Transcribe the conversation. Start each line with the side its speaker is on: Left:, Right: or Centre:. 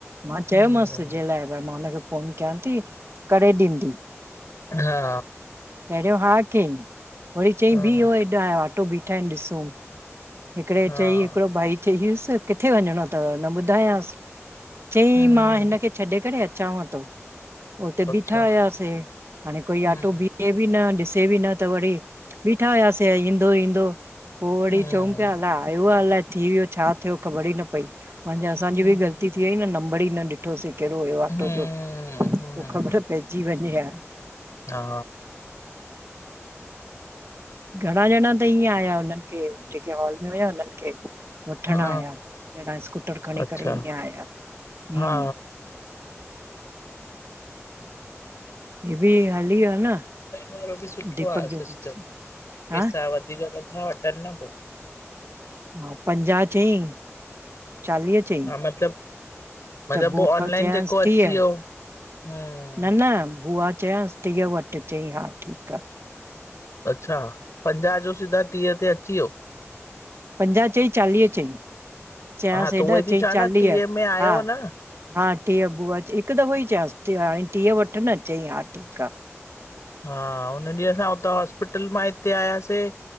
Right: मां चयोमांसि
Left: हम्म
Right: तुंहिंजे लाइ भई मां हुनखे फोन कयां थीं करेे ॾींदी।
Left: हा
Right: पहिरियों हा कयईं वरी चईं
Left: हा
Right: ब वह हेॾा ऑटो बीठा आहिनि ॾिसूं हिकिड़े
Left: हा।
Right: चई हिकिड़ो भाई चईयसि किथे वञिणो अथव न ॿुधायांसि। चयई
Left: हम्म,
Right: मां हिन खे छॾे करे अचांव थो। हुते
Left: अच्छा,
Right: बीठा हुयासीं हाणे कोई
Left: हम्म,
Right: ऑटो बीह बि न ॾिसे बि न त वरी बीठा हुयासीं ईंदो ईंदो पोइ वरी
Left: हम्म,
Right: चयो। अला <unintelligible> अलाए थी वियो छा थियो ख़बर ईी न पईा असांजी
Left: हम्म,
Right: बि ग़लती थी वई नंबर ई न ॾिठो। ठोसीं कहिड़ो हुयो
Left: हम्म,
Right: ऑटो जो पोइ
Left: हम्म,
Right: ख़बर पइजी वञें या
Left: हा
Right: घणा ॼणा त ईअं आया हुननि खे जेके हॉल में विया हुननि खे। वठ्ण
Left: हा,
Right: आया ॼणा स्कूटर खणी
Left: अच्छा,
Right: करे ईअं आया हू।
Left: हा, हम <inaudible>
Right: हे बि हली् वियो न
Left: ऑनलाइन वारो बि सुठो
Right: दीपक
Left: आहे
Right: जो
Left: सिस्टम
Right: दोस्त
Left: पैसा
Right: हा
Left: वधीक नथा वठनि न पोइ
Right: हा पंजाह चईं चालीह चईं,
Left: हा मतलब, मतलब
Right: त बुआ
Left: पो ऑनलाइन
Right: चयाांसि
Left: जेको
Right: टीअ
Left: अची वियो, हम्म
Right: न न बुआ चांयासि टीअह वटि चई हा ठीकु आहे।
Left: अच्छा पंजाह जो सिधा टीअह ते अची वियो।
Right: पंजाह चई चालीह चई चयाांसि
Left: हा त
Right: हेॾा
Left: उहोई थी
Right: चई
Left: चवां
Right: चालीह
Left: न टीह में आयो
Right: हा
Left: न।
Right: हा टीअह बुआ हिकु दफ़ो ई चयांसि हाणे टीह वठि न चई हा ठीकु आहे।
Left: हा हुन ॾींहुं असां हुतां हॉ हॉस्पिटल मां हिते आयासीं